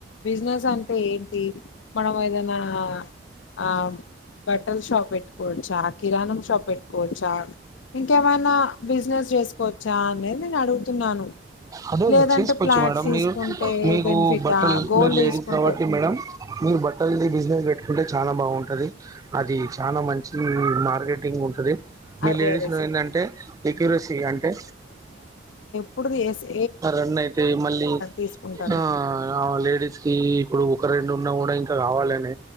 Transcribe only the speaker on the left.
business. అంటే ఏంటి మనం ఏదన్నా అహ్మ్ బట్ ల్ షాప్ పెట్టి కోవచ్చా కిరాణం షాప్ పెట్టుకోవచ్చా ఇంకేమైనా బి. జి. నెస్. చేసుకోవచ్చా అనేది నేను అడుగుతున్నాను.
లేదంటే
ఫ్లాట్స్
తీసుకుంటే
బెనిఫిటా
గోల్డ్
తీసుకుంటే
అదే
అదే
సార్
ఏపుడు తియ్యేచ్చు
తీసుకుంటారు